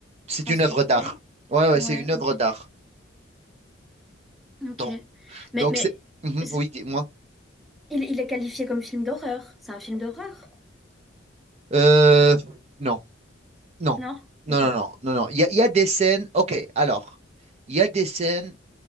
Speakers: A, on the right; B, in the centre.
A: c'est
B: Transporté.
A: une œuvre d'art. Ouais, ouais,
B: Ouais,
A: c'est une
B: ok.
A: œuvre d'art.
B: Ok.
A: Donc,
B: Mais,
A: donc
B: mais
A: c'est. Mhm,
B: c-
A: oui, dis-moi.
B: il, il est qualifié comme film d'horreur. C'est un film d'horreur?
A: Euh, non, non,
B: Non?
A: non,
B: Ok.
A: non, non, non, non. Il y a, il y a des scènes. Ok, alors, il y a des scènes.